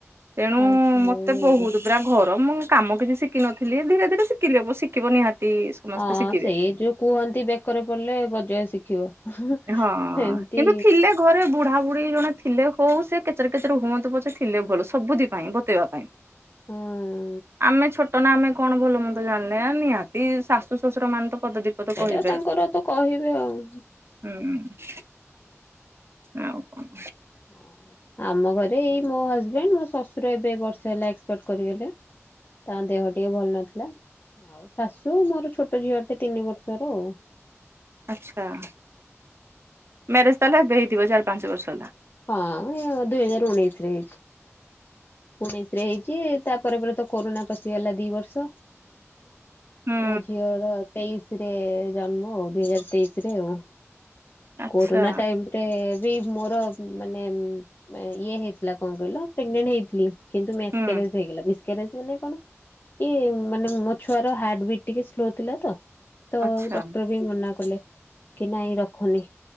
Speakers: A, on the right; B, on the left.
A: ତେଣୁ
B: ଆଚ୍ଛା।
A: ମତେ ବହୁତ ପୁରା ଘର ମୁଁ କାମ କିଛି ଶିଖିିନଥିଲି। ଧୀରେ ଧୀରେ ଶିଖି ହବ ଶିଖିବ ନିହାତି ସମସ୍ତେ
B: ହଁ
A: ଶିଖିବେ।
B: ସେଇ ଯୋଉ କୁହନ୍ତି ବେକରେ ପଡିଲେ ବଜୟ ଶିଖିବ।
A: ହଁ
B: ସେମିତି
A: କିନ୍ତୁ ଥିଲେ ଘରେ ବୁଢା କୁଡି ଜଣେ ଥିଲେ ହଉ ସେ କେତେରେ କେତରେ ହୁଅନ୍ତୁ ପଛେ ଥିଲେ ଭଲ ସବୁଥିି ପାଇଁ ବତେଇବା ପାଇଁ
B: ହଁ
A: ଆମେ ଛୋଟ ନା ଆମେ କଣ ଭଲ ମନ୍ଦ ଜାଣିଲେ ନିହାତି ଶାଶୁ ଶ୍ୱଶୁର ମାନେ ତ ପଦ ଦି ପଦ
B: ସେଇଟା
A: କହିବେ।
B: ତାଙ୍କର ତ କହିବେ ଆଉ।
A: ହୁଁ। ଆଉ କଣ
B: ହଁ। ଆମ ଘରେ ଏଇ ମୋ ହଜବେଣ୍ଡ ମୋ ଶ୍ୱଶୁର ଏବେ ବର୍ଷ ସେ ହେଲା ଏକ୍ସପେଟ କରିଗଲେ। ତାଙ୍କ ଦେହ ଟିକେ ଭଲ ନଥିଲା ଆଉ ଶାଶୁ ମୋର ଛୋଟ ଝିଅ ଗୋଟେ ତିନି ବର୍ଷର ଆଉ
A: ଆଛା ମ ତାହେଲେବେ ହେଇଥିବ ଚାର ପାଞ୍ଚ ବର୍ଷ ହେଲା
B: ହଁ ଦୁଇ ହଜାର ଉଣେଇଶରେ ଉଣେଇଶରେ ହେଇଛି ତାପ ପରେ ପରେ ତ କରୋନା ପଶିଗଲା ଦି ବର୍ଷ
A: ହୁଁ
B: ମୋ ଝିଅ ର ତେଇଶ ରେ ଜନ୍ମ ଆଉ ଦୁଇ ହଜାର ତେଇଶିରେ ଆଉ
A: ଆଚ୍ଛା
B: କୋରୋନା ଟାଇମ ରେ ବି ମୋର ମାନେ ଇଏ ହେଇଥିଲା କଣ କହିଲ ପ୍ରେଗନଣ୍ଟ ହେଇଥିଲି କିନ୍ତୁ ମସ୍ଜ
A: ହୁଁ।
B: ହେଇଗଲା ମିାରେଜ ମାନେ କଣ କି ମାନେ ମୋ ଛୁଆର ହାର୍ଟ ବିଟ୍ ଟିକେ ସ୍ଲୋ ଥିଲା ତ ତ
A: ଆଚ୍ଛା
B: ଡକ୍ଟର ବି ମନା କଲେ କି ନାଇଁ ରଖୁନି।